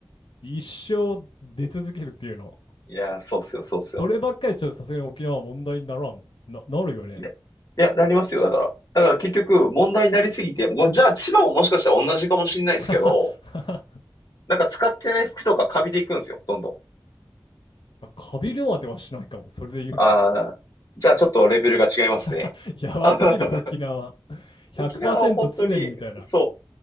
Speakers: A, on the left; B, on the left.
A: 一生出続けるっていうの。
B: いやー、そうっすよ、そうっすよ。
A: そればっかりちょっとさすがに沖縄は問題にならん。な、なるよね。
B: いや、いや、なりますよ、だから。だから結局、問題になりすぎて、もうじゃあ千葉ももしかしたら同じかもしれないですけど、
A: <laughs>
B: なんか使ってない服とかカビていくんですよ、どんどん。
A: カビるまではしないかも。それで言うと。
B: ああ、じゃあちょっとレベルが違いますね。
A: <laughs> やばすぎる沖縄。
B: <laughs> あはは
A: 100%
B: 沖縄は本当に、
A: 常にみたいな。
B: そう、